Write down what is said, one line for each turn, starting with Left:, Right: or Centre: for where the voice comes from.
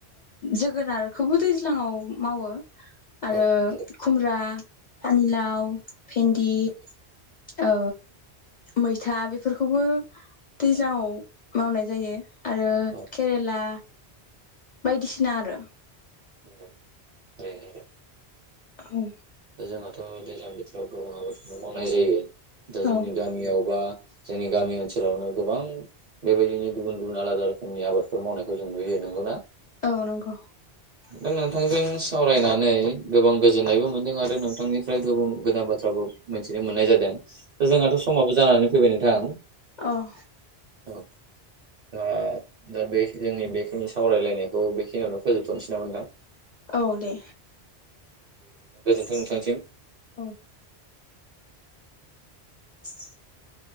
Left: जोगोनारखौबो दैज्लाङाव मावो। आरो
Right: औ नंगौ
Left: खुमब्रा पानिलाव, भिन्दि,
Right: औ
Left: ओ मैथा बेफोरखौबो दैज्लाङाव मावनाय जायो। आरो
Right: नंगौ औ
Left: केरेला बायदिसिना आरो।
Right: नंगौ <unintelligible>
Left: औ।
Right: दा जोंहाथ' दैज्लां बोथोराव गोबां आबादखौनो मावनाय जायो। दा जोंनि
Left: औ
Right: गामियावबा जोंनि गामि ओनसोलावनो गोबां बेबायदिनो गुबुन गुबुन आलादा रोखोमनि आबादफोर मावनायखौ जों नुयो नंगौना?
Left: औ नंग'।
Right: दा नोंथांजों सावरायनानै गोबां गोजोननायबो मोनदों आ रो नोंथांनिफ्राय गोबां गोदान बाथ्राबो मिथिनो मोननाय जादों। दा जोंहाथ' समाबो जानानै फैबाय नोंथां।
Left: अह।
Right: जोंहा दा बे जोंनि बेखिनि सावरायलायनायखौ बेखिनियावनो फोजोबथ'नोसै नामा नोंथां?
Left: औ दे।
Right: थों नोंथांनिसिम।
Left: औ
Right: <inaudible>